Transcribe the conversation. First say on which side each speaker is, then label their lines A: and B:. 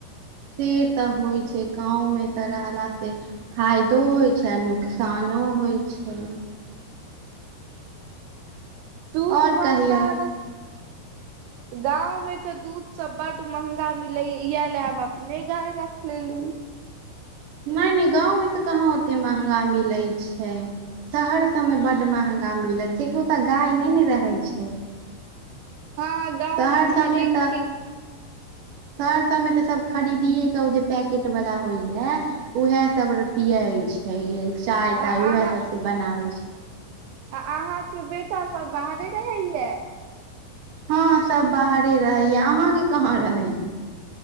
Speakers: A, on the right; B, on the right.
A: से तऽ होइ छै गाँंव में तऽ रहला से फायदो होइ छै आ नुकसानो होइ छै।
B: दूध
A: आओर
B: महंगा
A: कहियौ
B: र गांव मे तऽ दूध सब बड महंगा मिलैया इएह लए हम अपने गाय रख लेलु।
A: नहि नहि गाँवमे तऽ कहाँ ओते महंगा मिलै छै। शहर सबमे बड महंगा मिलै छै कियकि ओतऽ गाय नहि ने रहै छै।
B: हँ
A: शहर
B: गाँवमे तो
A: सबमे
B: हरेक
A: तऽ
B: के
A: शहर सबमे तऽ सब खरीदिये क अबइ छै पैकेट वाला होइ है उएह सब पिये छै चाय
B: आ
A: ताय उएह
B: अहाँ
A: सब के बनाबै छै।
B: आ अहाँके बेटा सब बाहरे रहैये?
A: हँ सब बाहरे रहैया, अहाँके कहाँ रहै?